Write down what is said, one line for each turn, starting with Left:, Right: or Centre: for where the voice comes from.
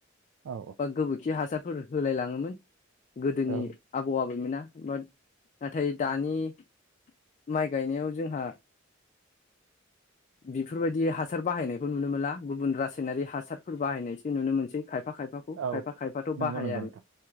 Right: औ
Left: बा गोबोरखि हासार फोर होलाय लाङोमोन। गोदोनि
Right: औ औ
Left: आबौ आबैमोना बाद नाथाय दानि माइ गायनायाव जोंहा बेफोरबायदि हासार बाहायनायखौ नुनो मोनला गुबुन रासायनारि हासारफोर बाहायनायसो नुनो मोनसै खायफा खायफाखौ
Right: औ
Left: खायफा खायफाथ'
Right: नंगौ
Left: बाहायानो
Right: नंगौ नोंथां